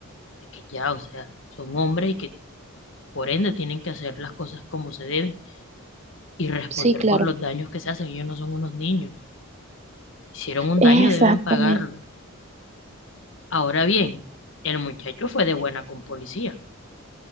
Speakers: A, on the left; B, on the right.
A: de que ya, o sea, son hombres y que por ende tienen que hacer las cosas como se deben y responder
B: Sí, claro.
A: por los daños que se hacen. Ellos no son unos niños. Hicieron un
B: Exactamente,
A: daño, deben pagarlo. Ahora bien, el muchacho fue de buena con policía.